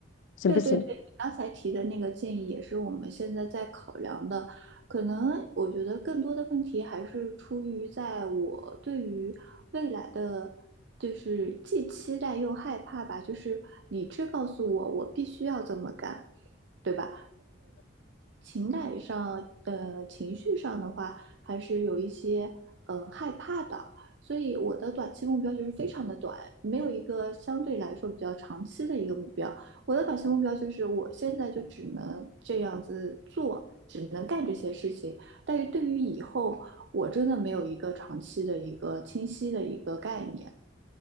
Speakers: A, on the left (about 70°); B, on the right (about 65°).
A: 行不行？
B: 对对对，你刚才提的那个建议也是我们现在在考量的。可能我觉得更多的问题还是出于在我对于未来的，就是既期待又害怕吧。就是理智告诉我，我必须要这么干，对吧？情感上，呃，情绪上的话，还是有一些呃害怕的。所以我的短期目标就是非常的短，没有一个相对来说比较长期的一个目标。我的短期目标就是我现在就只能这样子做，只能干这些事情。但是对于以后，我真的没有一个长期的一个清晰的一个概念。